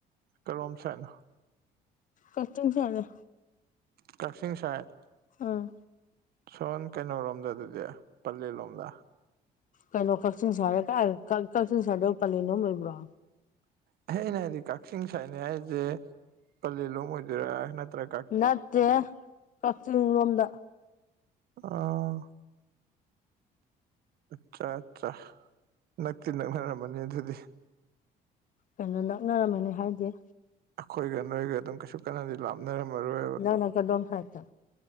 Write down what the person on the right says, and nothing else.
ꯀꯔꯣꯝ ꯁꯥꯏꯠꯅꯣ
ꯀꯥꯛꯆꯤꯡ ꯁꯥꯏꯠ
ꯁꯣꯟ ꯀꯩꯅꯣꯔꯣꯝꯗ ꯑꯗꯨꯗꯤ ꯄꯂꯦꯜ ꯂꯣꯝꯗ
ꯑꯍꯩꯅ ꯍꯥꯏꯗꯤ ꯀꯥꯛꯆꯤꯡ ꯁꯥꯏꯠꯅꯤ ꯍꯥꯏꯖꯦ ꯄꯂꯦꯜꯂꯣꯝ ꯑꯣꯏꯗꯣꯏꯔꯥ ꯅꯠꯇ꯭ꯔ
ꯑ ꯑꯠꯆꯥ ꯑꯠꯆꯥ ꯅꯛꯇꯤ ꯅꯛꯅꯔꯝꯃꯅꯤ ꯑꯗꯨꯗꯤ
ꯑꯩꯈꯣꯏꯒ ꯅꯣꯏꯒ ꯑꯗꯨꯝ ꯀꯩꯁꯨ ꯀꯟꯅꯗꯤ ꯂꯥꯞꯅꯔꯝꯃꯔꯣꯏꯕ